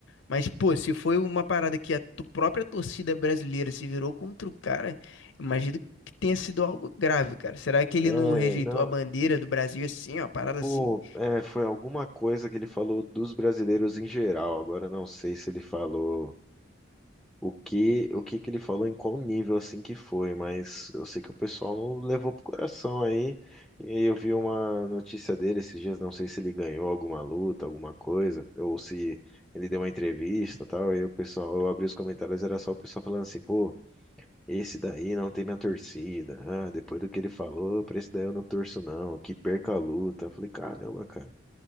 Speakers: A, on the left; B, in the centre.
A: Mas, pô, se foi uma parada que a tu- própria torcida brasileira se virou contra o cara, imagino que tenha sido algo grave, cara. Será que ele
B: É,
A: não rejeitou
B: não,
A: a bandeira do Brasil assim, ó, parada
B: pô,
A: assim?
B: é, foi alguma coisa que ele falou dos brasileiros em geral. Agora eu não sei se ele falou o que, o que que ele falou, em qual nível assim que foi, mas eu sei que o pessoal não levou pro coração aí. E aí eu vi uma notícia dele esses dias, não sei se ele ganhou alguma luta, alguma coisa, ou se ele deu uma entrevista, e tal. E aí o pessoal, eu abri os comentários, era só o pessoal falando assim, pô, esse daí não tem minha torcida. Ah, depois do que ele falou, pra esse daí eu não torço não, que perca a luta. Eu falei, caramba, cara.